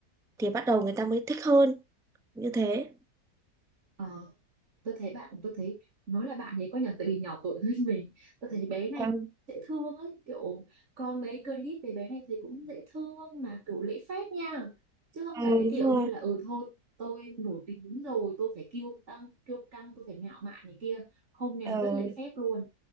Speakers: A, in the centre; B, on the right.
A: thì bắt đầu người ta mới thích hơn như thế.
B: ờ. tôi thấy bạn tôi thấy nói là bạn ấy có nhỏ tại vì nhỏ tuổi hơn <laughs> mình tôi thấy bé này
A: Ừ,
B: dễ thương ấy kiểu có mấy clip về bé này thì cũng dễ thương mà kiểu lễ phép nha chứ không
A: Ừ,
B: phải cái
A: đúng
B: kiểu
A: rồi.
B: như là ừ thôi tôi nổi tiếng đúng rồi tôi phải kiêu tăng kiêu căng tôi phải ngạo mạn này kia không nào
A: Ừ,
B: rất lễ phép luôn